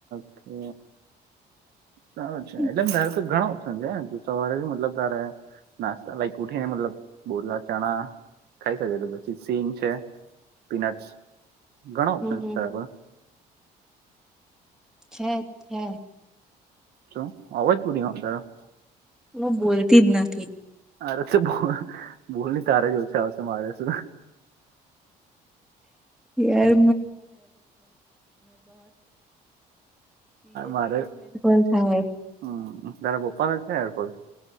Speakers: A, on the right (about 70°); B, in the centre.
A: ઓ કે. સારું છે
B: હમ
A: એટલે તારે તો ઘણો સમજ દુસા વ મતલબ તારે નાસ્તા લાઈક કઠી ને મતલબ બોલા ચણા. ખાઈ શકે તો પછી સિંગ છે, પીનટ્સ ઘણા ઓપ્શન
B: હમ
A: છે તારા પર.
B: છે છે.
A: શું <unintelligible>
B: હું બોલતી જ નથી.
A: અરે તો બોલ તારા જ ઓછા આવશે મારે શું.
B: યાર
A: મારે
B: <unintelligible> <unintelligible>
A: હમ તારા <unintelligible>